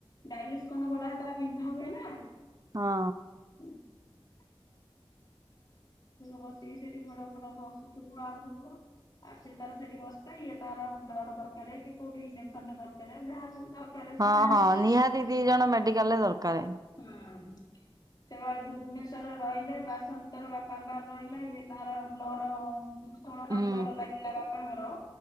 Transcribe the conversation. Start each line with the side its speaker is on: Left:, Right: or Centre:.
Left: ଡାଇଲିସ୍ କନ ଗୋଡା ହାତାରା ବିନ୍ଧା ହୁଏ ନା।
Right: ହଁ।
Left: <unintelligible> ବସିୁଥିବୁ ଆଣୁଥିବୁ ଆଉ ସେ ତାର ସେଠି ବସ୍ ଥାଏ ତାର ବ୍ଲଡ ଦରକାର କି କୋଉଠି ଇଞ୍ଜେକ୍ସନ ଟେ ଦରକାର ଯାହା ରେ
Right: ହଁ
Left: ସେଟା ଆଣିଲେ।
Right: ହଁ ନିହାତି ଦି ଜଣ ମେଡିକାଲ ରେ ଦରକାରେ।
Left: ହଁ। ସେଭଳି ଭୁବନେଶ୍ୱରରେ ରହିଲେ ବାସନ୍ତ ତାର ବାପାଙ୍କ ପାଖରେ ରହିଲେ ଇଏ ତାର ବ୍ଲଡ ଷୋଳଟା
Right: ହୁଁ
Left: ବ୍ଲଡ ଲାଗିଲା ବାପଙ୍କର।